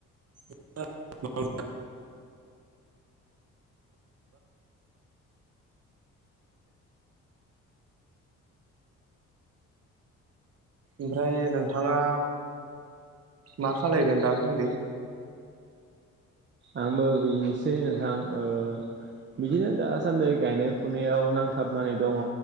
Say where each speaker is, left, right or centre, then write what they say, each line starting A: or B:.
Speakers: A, on the right; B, on the right.
A: <unintelligible> ओमफ्राय नोंथाङा मा खालायगोन दासान्दै?
B: आंबो बेनोसै नोंथां ओ बिदिनो दासान्दै गायनाय फुनायाव नांथाबनानै दङ